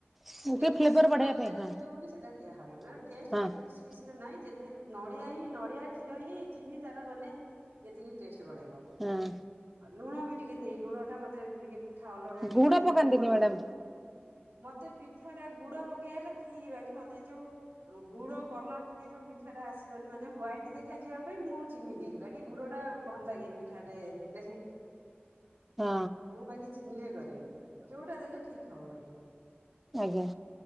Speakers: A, in the centre; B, on the right.
A: ଟିକେ
B: ଦେଖିବା
A: ଫ୍ଲେଭର
B: ସୁନ୍ଦର
A: ବଢେଇବା ପାଇଁ
B: ଦେଖାଯିବ
A: ହଁ
B: ବୋଲି ସେଟା ଦିଆ ହୁଏ, ନ ହେଲେ
A: ହଁ
B: ଟେଷ୍ଟ ନଡିଆ ହିଁ, ନଡିଆ କ୍ଷୀର ହିଁ। ଚିନି ତାର ବନେ ଯେତିକି ଟେଷ୍ଟ ବଢେଇବ,
A: ହଁ
B: ଲୁଣ ବି ଟିକେ ଏଇ ଲୁଣ ଟା ମତେ ଟିକେ ମିଠା ଅଲନିଆ ଟିକେ
A: ଗୁଡ
B: ଲାଗେ
A: ପକାନ୍ତିନି
B: ବୋଲି ଲୁଣ
A: ମ୍ୟାଡାମ
B: ମତେ ପିଠା ଟା ଗୁଡ ପକେଇବା ଠିକ୍ ବାକି ମତେ ଯୋଉ ଗୁଡ କଲର ଟିକେ ଯୋଉ ପିଠା ଟା ଆସିବନି ମାନେ ହ୍ୱାଇଟ ଦେଖାଯିବା ପାଇଁ ମୁଁ ଚିନି ଦେଇକି ବାକି ଗୁଡ଼ ଟା ଭଲ ଲାଗେ ମିଠା ରେ -
A: ହଁ।
B: ମୁଁ ଵାକି ଚିନି ରେ କରେ ବି ଯୋଉଟା ଦେଲେ ଠିକ ହବ ଭାଇ।
A: ଆଜ୍ଞା।